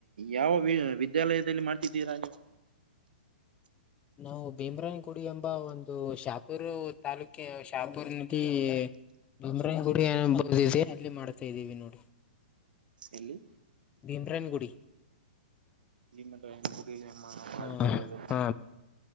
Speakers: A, on the right (about 65°); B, on the left (about 20°).
A: ಯಾವ ವಿ ವಿದ್ಯಾಲಯದಲ್ಲಿ ಮಾಡ್ ತಿದ್ದೀರ ನೀವು
B: ನಾವು ಭೀಮ್ರಾಯನ್ ಗುಡಿ ಎಂಬ ಒಂದು ಶಾಪೂರ್ ತಾಲೂಕೆ ಶಾಪೂರ್ ಕೀ ಭೀಮ್ರಾಯನ್ ಗುಡಿ ಎಂಬ <unintelligible> ಅಲ್ಲಿ ಮಾಡ್ತಾ ಇದ್ದೀವಿ ನೋಡಿ.
A: ಎಲ್ಲಿ?
B: ಭೀಮ್ರಾಯನ್ ಗುಡಿ.
A: ಭೀಮರಾಯನ್ ಗುಡಿ <unintelligible> ಮಾಡ್ತೀರ?
B: ಹ ಹಾ